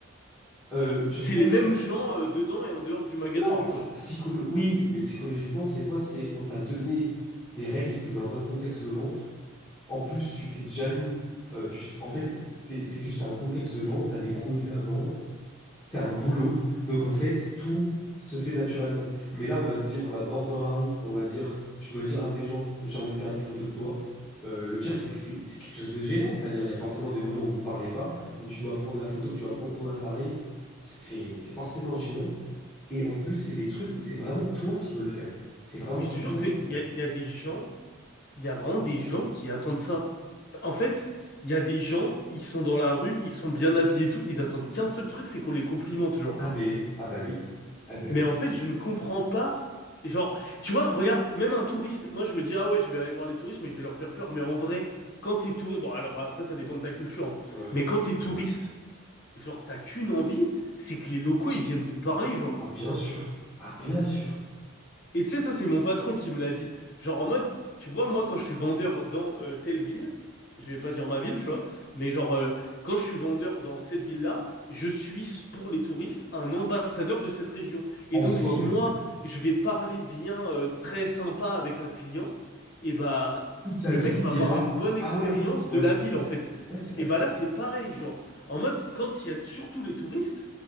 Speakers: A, in the centre; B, on the left.
A: Euh, je
B: C'est
A: sais pas
B: les
A: si...
B: mêmes gens euh, dedans et en dehors du magasin,
A: Non,
B: tu
A: p-
B: vois.
A: psycholo... oui, mais psychologiquement, c'est quoi? C'est on t'a donné des règles, t'es dans un contexte de vente. En plus, tu t'es déjà mis. euh, tu sais- en fait, c'est c'est juste un contexte de vente, tu as des produits à vendre, tu as un boulot. Donc, en fait, tout se fait naturellement. Mais là, on va te dire, on va te drop dans la rue, on va te dire, tu dois dire à des gens, j'ai envie de faire des photos de toi. Euh, le pire, c'est que c'est c'est quelque chose de gênant. C'est-à-dire, il y a forcément des moments où vous parlez pas, où tu dois prendre la photo, tu dois prendre ton appareil. C'est c'est- c'est forcément gênant. Et en plus, c'est des trucs où c'est vraiment toi qui veux le faire. C'est vraiment
B: Mais je
A: plus
B: te jure
A: dur
B: qu'il
A: quand.
B: y a, il y a des gens, il y a vraiment des gens qui attendent ça. En fait, il y a des gens, ils sont dans la rue, ils sont bien habillés et tout, ils attendent qu'un seul truc, c'est qu'on les complimente, genre.
A: Ah ben, ah ben oui. Ah ben
B: Mais
A: oui.
B: en fait, je ne comprends pas. Genre, tu vois, regarde, même un touriste, moi je me dis, ah ouais, je vais aller voir les touristes, mais je vais leur faire peur. Mais en vrai, quand t'es touriste, bon, alors après, ça dépend de ta culture, hein.
A: Ouais, ouais,
B: Mais quand t'es touriste, genre, t'as qu'une envie, c'est que les locaux, ils viennent te parler, genre.
A: Ah, bien sûr. Ah, bien sûr.
B: Et tu sais, ça, c'est mon patron qui me l'a dit. Genre en mode, tu vois, moi, quand je suis vendeur dans euh, telle ville, je vais pas dire ma ville,
A: Mm.
B: tu vois, mais genre, euh, quand je suis vendeur dans cette ville-là, je suis, pour les touristes, un ambassadeur de cette région. Et
A: En
B: donc,
A: soi,
B: si
A: oui.
B: moi,
A: Ouais.
B: je vais parler bien, euh, très sympa avec un client, et bah,
A: Toute sa
B: le
A: vie,
B: mec
A: il se
B: va
A: dira,
B: avoir une bonne expérience
A: ah ouais, ouais,
B: de la
A: c'est ça.
B: ville, en fait.
A: Ouais, c'est ça.
B: Et bah là, c'est pareil, genre, en mode, quand il y a surtout les touristes,